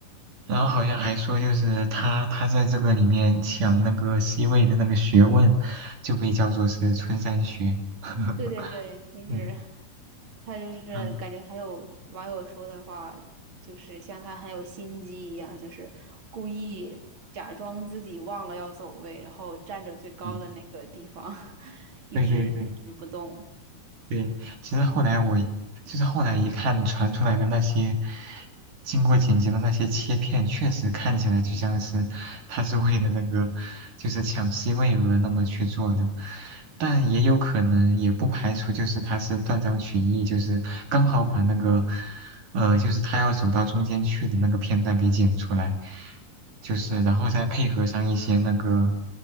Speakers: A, on the right; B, on the right.
A: 然后好像还说，就是他他在这个里面抢那个 C 位的那个学问，就被叫做是春山学。<laughs>
B: 对对对，就是
A: 嗯
B: 他就是感觉还有网友说的话，
A: 嗯
B: 就是像他很有心机一样，就是故意假装自己忘了要走位，然后站着最高的那个地方
A: 嗯，
B: <laughs> 一直一直不动。
A: 对对对对，对，其实后来我就是后来一看传出来的那些经过剪辑的那些切片，确实看起来就像是他是为了那个就是抢 C 位而那么去做的，但也有可能也不排除就是他是断章取义，就是刚好把那个呃就是他要走到中间去的那个片段给剪出来，就是然后再配合上一些那个。